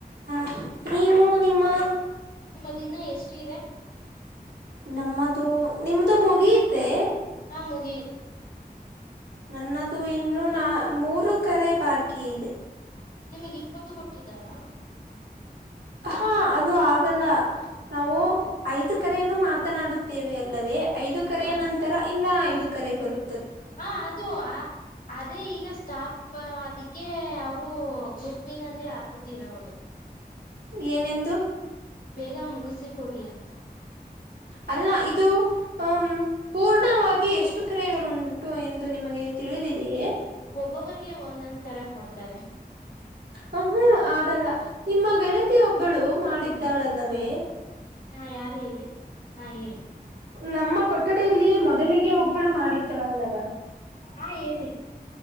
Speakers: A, on the right; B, on the left.
A: ಹ ನೀವು ನಿಮ್ಮ
B: ನಿಮ್ಮ ದಿನ ಎಷ್ಟು ಇದೆ.
A: ನಮ್ಮದು ನಿಮ್ದ ಮುಗಿಯತೆ.
B: ಹಾ ಮುಗಿಯಿತು.
A: ನನ್ನದು ಇನ್ನು ನಾ ಮೂರು ಕರೆ ಬಾಕಿ ಇದೆ.
B: ನಿಮಗ್ ಇಪ್ಪತ್ತು ಕೊಟ್ಟಿದ್ದಾರಾ.
A: ಹಾ ಹ ಅದು ಆಗಲ್ಲ ನಾವು ಐದು ಕರೆಯನ್ನು ಮಾತನಾಡುತ್ತೇವೆ ಅಲ್ಲವೇ ಐದು ಕರೆಯ
B: ಹಾ
A: ನಂತರ ಇನ್ನ ಐದು ಕರೆ ಬರು
B: ಆ ಅದು ಆ ಅದೇ ಈಗ ಸ್ಟಾಫ್ ಅದಕ್ಕೆ ಅವರು ಗ್ರೂಪ್ಪಿನಲ್ಲಿ ಹಾಕತಿರವದು.
A: ಏನೆಂದು.
B: ಬೇಗ ಮುಗಿಸಿ ಕೊಡ್ಲಿ ಅಂತ.
A: ಅಲ್ಲಾ ಇದು. ಹಾಂ ಪೂರ್ಣವಾಗಿ ಎಷ್ಟು ಕರೆಗಳುಂಟು ಎಂದು ನಿಮಗೆ ತಿಳಿದಿದೆಯೇ.
B: ಒಬ್ಬೊಬ್ಬರಿಗೆ ಒಂದೊಂದ್ ತರ ಕೊಡ್ತಾರೆ.
A: ಹುಹು ಆಗಲ್ಲ ನಿಮ್ಮ ಗೆಳತಿಯ ಒಬ್ಬಳು ಮಾಡಿದ್ದಾಳಲ್ಲವೇ.
B: ಹಾ ಯಾರು ಹೇಳಿ ಹಾ ಹೇಳಿ.
A: ನಮ್ಮ ಕೊಠಡಲ್ಲಿ ಮೊದಲಿಗೆ ಒಬ್ಬಳು ಮಾಡಿದ್ದಳಲ್ಲವ.
B: ಹಾ ಹೇಳಿ